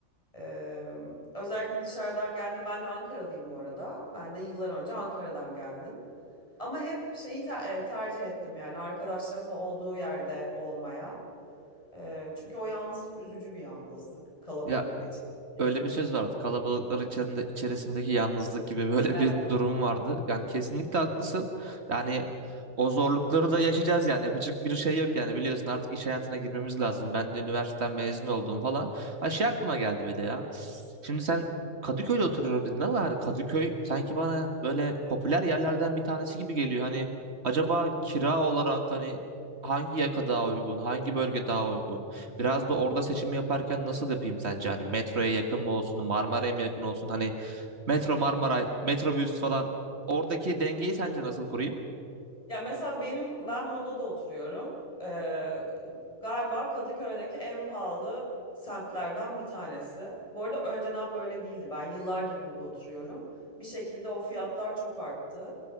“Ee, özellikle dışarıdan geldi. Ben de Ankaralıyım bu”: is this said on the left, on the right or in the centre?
Left